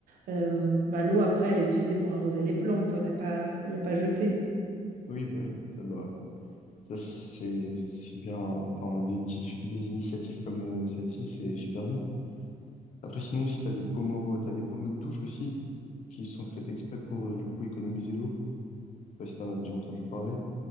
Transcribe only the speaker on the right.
euh, bah, l'eau après elle est utilisée pour arroser les plantes. Elle n'est pas, elle est pas jetée.